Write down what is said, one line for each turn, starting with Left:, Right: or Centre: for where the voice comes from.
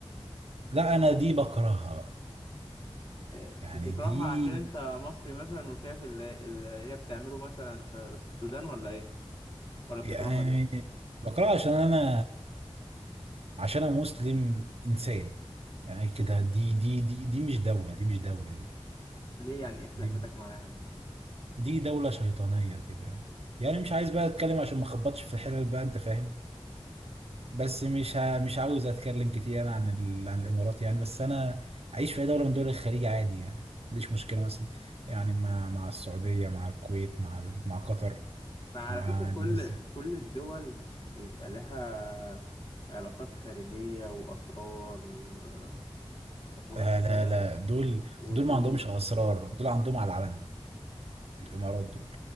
Right: لا انا دي بكرهها بقى.
Left: آه،
Right: يعني
Left: بتكرهها
Right: دي
Left: عشان انت مصري مثلا وشايف اللي, اللي هي بتعمله مثلا في في السودان ولا ايه ولا بتكرهها
Right: يعني بقرأ عشان أنا عشان أنا مسلم إنسان يعني كده دي دي دي دي مش دولة دي مش دولة دي
Left: ليه يعني ايه خلافتك
Right: دي
Left: معاها مثلا
Right: دي دولة شيطانية كده يعني يعني مش عايز بقى أتكلم عشان ما أخبطش في الحلل بقى أنت فاهم بس مش ه... مش عاوز أتكلم كتير أنا عن ال... عن الإمارات يعني بس أنا أعيش في أي دولة من دول الخليج عادي يعني ما عنديش مشكلة مثلا يعني مع مع السعودية مع الكويت مع ال... مع قطر
Left: فعلى
Right: مع
Left: فكرة كل
Right: الناس
Left: كل الدول بيبقى لها علاقات خارجية وأسرار و- وفاهم
Right: لا لا لا دول
Left: ودنيا
Right: دول ما عندهمش اسرار دول عندهم على العلن الامارات دول